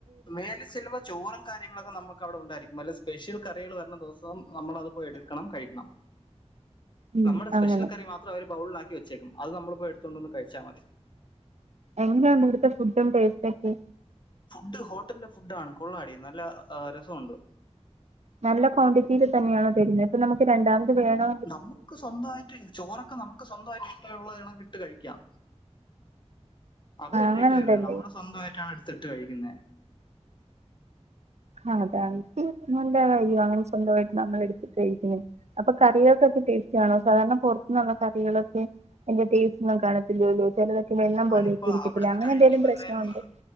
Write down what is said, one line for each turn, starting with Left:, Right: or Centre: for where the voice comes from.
Left: മേൽല് ചെല്ലുമ്പൊ ചോറും. കാര്യങ്ങളൊക്കെ നമുക്ക് അവിടെ ഉണ്ടായിരിക്കും. വല്ല സ്പെഷ്യൽ കറികൾ വരുന്ന ദിവൊസം നമ്മളത് പോയി എടുക്കണം. കഴിക്കണം.
Right: ഉം
Left: നമ്മുടെ സ്പെഷ്യൽ
Right: അങ്ങനെ
Left: കറി മാത്രം അവര് ബൗള്ൾ ആക്കി വെച്ചേക്കും അത് നമ്മൾപ്പോ എട്ത്തോണ്ട് വന്ന് കഴിച്ചാ മതി
Right: എന്താണ് ഇവിട്ത്തെ ഫുഡും ടോസ്റ്റക്കെ
Left: ഫുഡ് ഹോട്ടൽലെ ഫുഡാണ് കൊള്ളാടി നല്ല രസവുണ്ട്
Right: നല്ല ക്വാണ്ടിറ്റിയിൽ തന്നെയണോ തരുന്നത് ഇപ്പൊ നമുക്ക് രണ്ടാമത് വേണോ
Left: നമുക്ക് സ്വന്തായിട്ട് ചോറൊക്കെ നമുക്ക് സ്വന്തവായിട്ട് ഇഷ്ട്ടമുള്ള എണ ഇട്ട് കഴിക്കാം അവരെല്ലെ
Right: ആഹ് അങ്ങനുണ്ടല്ലേ
Left: ഇട്ട് തര്ന്നെ നമ്മള് സ്വന്തവായിട്ടാണ് എട്ത്ത് ഇട്ട് കഴിക്കുന്നെ
Right: ആഹ് അതാണ് ഈ നല്ല കയ്യോ അങ്ങനെ സ്വന്തവായിട്ട് നമ്മൾ എടുത്തിട്ട് കഴിക്കുന്നേ അപ്പൊ കറികൾക്കൊക്കെ ടേസ്റ്റാണോ സാധാരണ പൊർത്തുന്നുള്ള കറികളൊക്കെ അയ്ന്റെ ടേസ്റ്റ് ഒന്നും കാണത്തില്ലല്ലോ ചെലതൊക്കെ വെള്ളം
Left: ഞാനിപ്പോ
Right: പോലെയൊക്കെ ഇരിക്കത്തില്ലെ
Left: അവിടുന്ന്
Right: അങ്ങനെ
Left: കഴിക്കുമ്പോ
Right: എന്തേലും പ്രശ്നവുണ്ട്
Left: എന്തായാലും